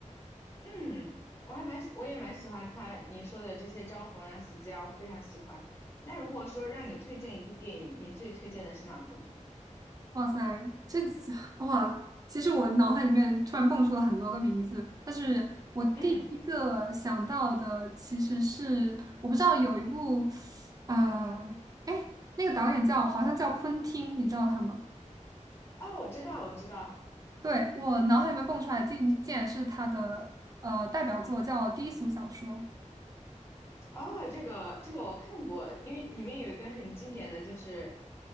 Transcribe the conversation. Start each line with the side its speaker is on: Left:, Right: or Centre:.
Left: 嗯，我还蛮喜我也蛮喜欢他你说的这些《招魂》啊、《死寂》啊我非常喜欢。那如果说让你推荐一部电影，你最推荐的是哪部呢？
Right: 哇塞，这哇，其实我脑海里面突然蹦出了很多个名字，但是我第一个想到的其实是我不知道有一部，
Left: 嗯，
Right: 呃，哎，那个导演叫好像叫昆汀，你知道他吗？
Left: 哦，我知道，我知道。
Right: 对，我脑海里面蹦出来的竟竟然是他的呃代表作叫《低俗小说》，
Left: 哦，这个这个我看过，因为里面有一个很经典的就是，